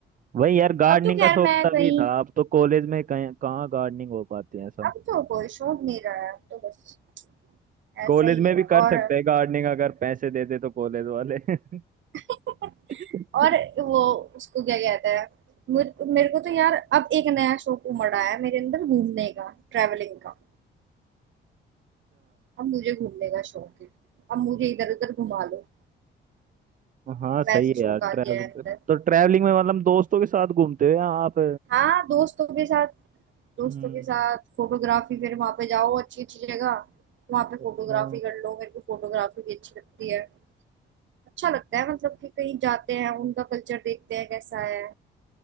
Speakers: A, on the right; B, on the right.
A: वही यार गार्डनिंग
B: अब तो खैर
A: का शौक
B: मैं
A: तभी
B: कहीं
A: था अब तो कॉलेज में कहीं कहाँ गार्डनिंग हो पाती है ऐसा
B: अब तो कोई शौक नहीं रहा है अब तो बस
A: कॉलेज
B: ऐसा ही
A: में
B: है
A: भी कर
B: और
A: सकते हैं गार्डनिंग अगर पैसे दे दे तो कॉलेज वाले <laughs>
B: <laughs>
A: अच्छा
B: और वो उसको क्या कहते हैं मुझ- मेरे को तो यार अब एक नया शौक उमड़ा है मेरे अंदर घूमने का ट्रैवलिंग का अब मुझे घूमने का शौक है अब मुझे इधर उधर घुमा लो
A: हाँ
B: अब
A: सही
B: ऐसा
A: है
B: शौक
A: यार
B: आ
A: ट्रैवलिंग
B: गया है अंदर
A: तो ट्रैवलिंग में मतलब दोस्तों के साथ घूमते हो या आप
B: हाँ दोस्तों के साथ दोस्तों
A: हम्म
B: के साथ फोटोग्राफी फिर वहां पे जाओ अच्छी अच्छी जगह वहां पे
A: अच्छा
B: फोटोग्राफी कर लो मेरे को फोटोग्राफी भी अच्छी लगती है अच्छा लगता है मतलब कि कहीं जाते हैं उनका कल्चर देखते हैं कैसा है